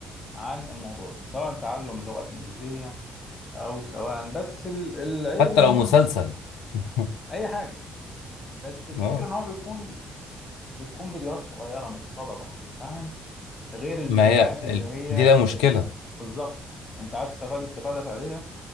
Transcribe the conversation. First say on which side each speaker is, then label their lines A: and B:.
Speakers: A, on the left; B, on the left.
A: عن الموضوع ده سواء تعلم اللغة الإنجليزية او سواء بس ال- العيب
B: حتى
A: ان
B: لو
A: هو
B: مسلسل
A: بت...
B: <laughs>
A: اي حاجه بس الفكره
B: اه
A: ان هو بيكون بتكون فيديوهات صغيره مقتضبه فاهم غير الفيديوهات
B: ما هي
A: اللي
B: ال-
A: هي
B: دي لها مشكلة
A: ال... بالظبط انت عايز تستفاد استفاده فعليه